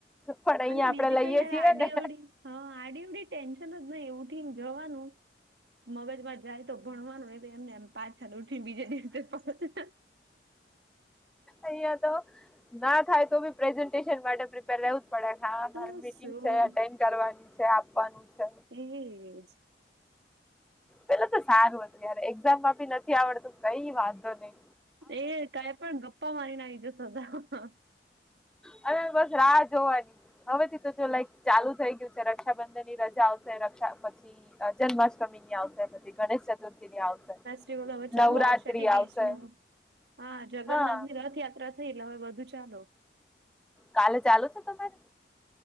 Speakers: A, in the centre; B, on the right.
A: પણ અહીંયા
B: અને બીજી
A: આપણે લઈએ
B: કઈ યાર
A: છીએ
B: આડી
A: ને
B: અવડી હા આડી અવડી ટેન્શન જ નઈ એ ઉઠીને જવાનું મગજમાં જાય તો ભણવાનું એ તો એમને એમ પાછા ઉઠીને બીજે દિવસે પાસા જવાનુ
A: અહિયા તો ના થાય તો બી પ્રેઝન્ટેશન માટે પ્રિપેર પડે ખાવા
B: તો
A: મારે મીટિંગ
B: શું
A: છે એટેન્ડ કરવાની છે આપવાનું છે
B: એજ
A: પેલા તો સારું હતું ય એક્ઝામમાં ભી નથી આવડતું કઈ વાંધો નઈ
B: એ કાય પણ ગપ્પા મારીને આઈ જતાં તા
A: હવે બસ રાહ જોવાની હવે થી તો જો લાઈક ચાલુ થઈ ગયું છે રક્ષાબંધન ની રજા આવ સે રક્ષા પછી જન્માષ્ટમી ની આવશે પછી ગણેશ ચતુર્થી ની આવશે.
B: <unintelligible> હવે ચાલુ
A: નવરાત્રી
B: આવશે બીચ
A: આવશે
B: નું હા જગન્નાથ
A: હા
B: ની રથયા ત્રા થઈ હવે બધું ચાલો.
A: કાલે ચાલુ છે તમારે?